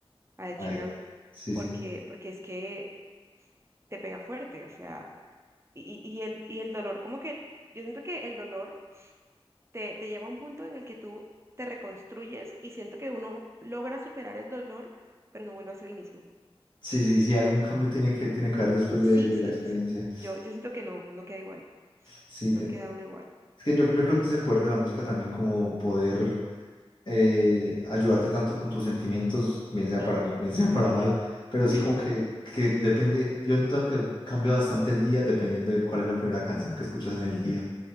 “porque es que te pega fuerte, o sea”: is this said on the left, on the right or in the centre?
Right